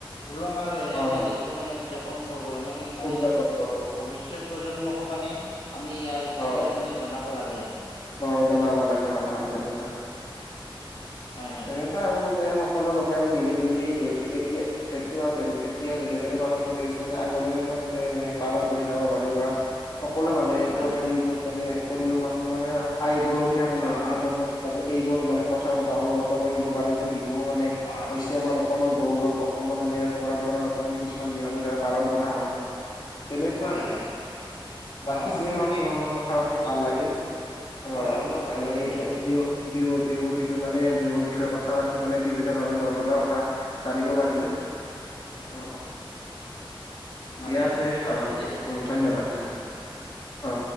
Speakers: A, on the left (about 80°); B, on the left (about 50°).
A: উলহ-মালহেৰে
B: হয়
A: আমি
B: হয়
A: যিহেতু মানে উদযাপন কৰোঁ, আমি মানে
B: উদযাপন কৰো
A: ভৱিষ্যত প্ৰজন্মকো মানে আমি ইয়াৰ
B: হয়
A: বিষয়ে মানে জনাব লাগে আৰু।
B: অ', জনাব লাগে হয়, হয়। তেনেকুৱা
A: হয়, হয়
B: এনেকুৱা আৰু মানে সকলো লোকে আমি মিলিজুলি এই বিহুটি এতিয়া যেন এতিয়া যেনেদৰে পালন কৰি আছোঁ মানে আগলৈ সেইমতে যাতে মানে পালন কৰি যাব পাৰোঁ বা সকলো মানুহে এক
A: হয়
B: গোট হৈ <unintelligible> মানে কৰিব পাৰোঁ। মানে আহিবলগীয়া আমাৰ
A: অ অ
B: নৱপ্ৰজন্ম মানে এইবোৰ মানে কথাৰ পৰা অৱগত কৰি দিব পাৰোঁ যে, বিহু মানে
A: অ
B: হৈছে আমাৰ অসমৰ গৌৰৱ। অসমত মানে ইয়াৰ পৰম্পৰাগত মানে কিছুমান নিয়মৰ দ্বাৰা পালন কৰা হয়। তেনেকুৱা
A: হয়
B: আৰু।
A: হয়
B: বাকী
A: অ অ
B: যিয়ে নহওঁক,
A: তাকেই
B: তোমাৰ লগত কথা পাতি ভাল লাগিল। অ',
A: হয় হয় মোৰো ভাল
B: আৰু
A: লাগিল
B: এইটো
A: দিয়া
B: বিহু-বিহু-বিহুৰ <unintelligible> মানে বিহুৰ বিষয়ে কথা পাতি মানে বিভিন্ন ধৰণৰ নজনা কথা জানিব পাৰিলোঁ। অ',
A: ভাল
B: দিয়া
A: লাগিল
B: তে অ',
A: তেতিয়া
B: উম, ধন্যবাদ
A: হ'ব।
B: দিয়া। অ'।